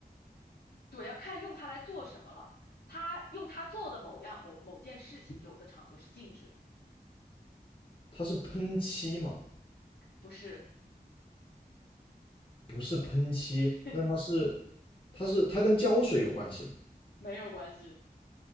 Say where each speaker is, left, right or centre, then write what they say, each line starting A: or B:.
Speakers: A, on the left (about 75°); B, on the left (about 35°).
A: 对，要看用它来做什么了。它用它做的某样某某件事情，有的场合是禁止的，
B: 它是喷漆嘛？
A: 不是，
B: 不是喷漆，
A: <laughs>
B: 那它是，它是它跟胶水有关系吗？
A: 没有关系，